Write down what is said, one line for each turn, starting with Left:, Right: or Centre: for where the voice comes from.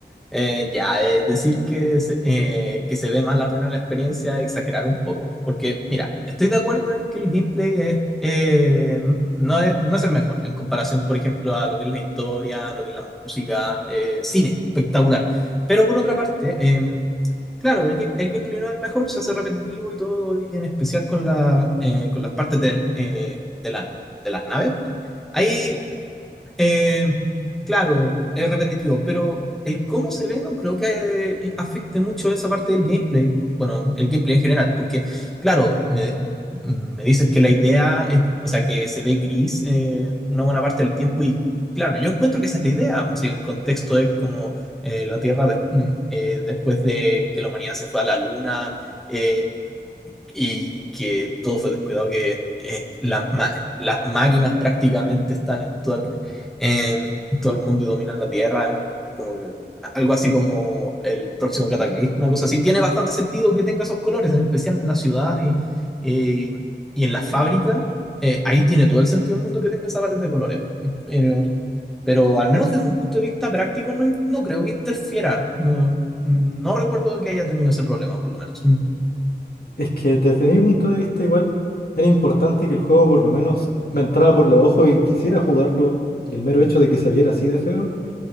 Centre: Eh, ya, eh, decir que se, eh, que se ve más la ruina de la experiencia es exagerar un poco, porque mira, estoy de acuerdo en que el gameplay es, eh, no es, no es el mejor en comparación, por ejemplo, a lo que es la historia, a lo que es la música, eh, cine, espectacular. Pero por otra parte, em, claro, el, game- el gameplay no es el mejor, se hace repetitivo y todo, y en especial con, la, eh, con las partes del, eh, de, la- de las naves. Hay eh, claro, es repetitivo, pero el cómo se ve no creo que eh, afecte mucho esa parte del gameplay. Bueno, el gameplay en general, porque, claro, me, me dices que la idea es, o sea, que se ve gris eh, una buena parte del tiempo y, claro, yo encuentro que esa es la idea. Si el contexto es como eh, la Tierra de- mm, eh, después de que la humanidad se fue a la Luna, eh, y que todo fue descuidado, que eh, las, ma- las máquinas prácticamente están en todo, el, en todo el mundo y dominan la Tierra, como que algo así como el próximo cataclismo, una cosa así. Tiene bastante sentido que tenga esos colores, en especial en la ciudad y, eh, y en la fábrica. Eh, ahí tiene todo el sentido del mundo que tenga esa paleta de colores. Pero, pero al menos desde un punto de vista práctico no, in- no creo que interfiera. No, no recuerdo que haya tenido ese problema, por lo menos.
Left: Es que desde mi punto de vista igual era importante que el juego por lo menos me entrara por los ojos y quisiera jugarlo y el mero hecho de que se viera así de feo